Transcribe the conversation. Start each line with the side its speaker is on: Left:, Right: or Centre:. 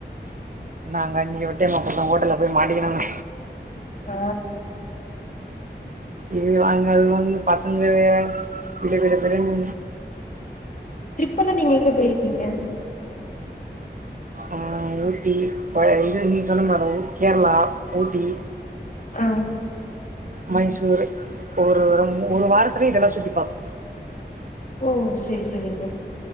Right: நாங்க அன்னிக்கி விட்டர்ரோ அப்றோ ஹோட்டல்லப் போய் மாட்டிக்கினாங்க
Left: ஆ
Right: இது வாங்கு அது வாங்குனு பசங்க வேற கிடு கிடு கிடுனு
Left: ட்ரிப்பெல்லா நீங்க எங்க பொயிர்க்கீங்க
Right: அ ஊட்டி இது நீங்க சொன்ன மாரி கேர்ளா ஊட்டி
Left: அ
Right: மைசூரு ஒரு மூணு வாரத்துல இதெல்லா சுத்தி பாப்போ
Left: ஓ செரி செரிங்க